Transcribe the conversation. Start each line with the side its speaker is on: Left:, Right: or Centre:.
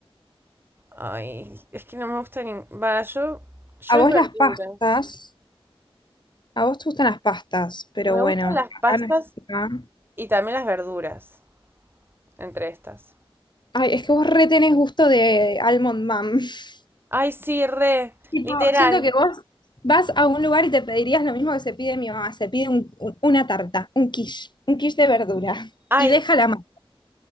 Right: Ay, es que no me gusta ni... Va, yo, yo
Left: A vos
Right: es verduras.
Left: las pastas, a vos te gustan las pastas, pero
Right: Me
Left: bueno,
Right: gustan las pastas
Left: acá no está.
Right: y también las verduras, entre estas.
Left: Ay, es que vos retenés gusto de Almond Mom. <laughs>
Right: Ay, sí, re.
Left: Tipo,
Right: Literal.
Left: siento que vos vas a un lugar y te pedirías lo mismo que se pide mi mamá. Se pide un- un- una tarta, un quiche, un quiche de verdura.
Right: Ay,
Left: Y déjala más.